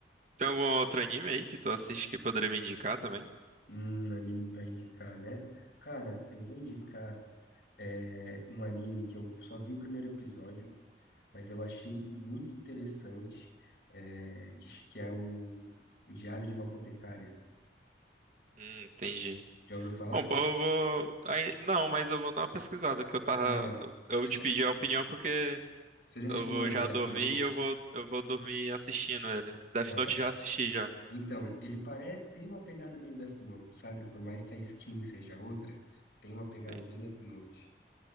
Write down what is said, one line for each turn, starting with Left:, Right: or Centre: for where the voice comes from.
Right: Tem algum outro anime aí que tu assiste que poderia me indicar também?
Left: Um anime pra indicar, né? Cara, eu vou indicar, é, um anime que eu só vi o primeiro episódio, mas eu achei muito interessante, é, que, que é o, o Diário de uma Apotecária.
Right: Hum, entendi.
Left: Já ouviu falar?
Right: Bom, pô, eu vou. aí- não, mas eu vou dar uma pesquisada que eu tava.
Left: Cara,
Right: Eu
Left: você
Right: te
Left: já,
Right: pedi
Left: che-
Right: a opinião porque.
Left: você já chegou
Right: Eu vou
Left: a ver
Right: já
Left: Death
Right: dormir
Left: Note?
Right: e eu vou, eu vou dormir assistindo ele. Death
Left: Ah,
Right: Note já assisti já.
Left: então, ele parece, tem uma pegada meio Death Note, sabe? Por mais que a skin seja outra, tem uma pegada
Right: Sim,
Left: bem Death Note.